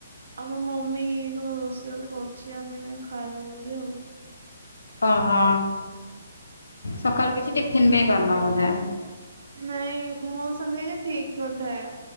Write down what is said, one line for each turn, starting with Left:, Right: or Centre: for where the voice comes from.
Right: ଆଉ ମୋ ମମି କଣ ରୋ <unintelligible> କରୁଚି ଆମେ ଖାଇବୁ ବୋଲି ଆଉ।
Left: ଓହୋ ସକାଳୁ କିଛି ଟିଫିନ ବି କରିନ ବୋଧେ?
Right: ନାଇଁ ମୋର ସେମିତି <unintelligible> ସିକ ନଥାଏ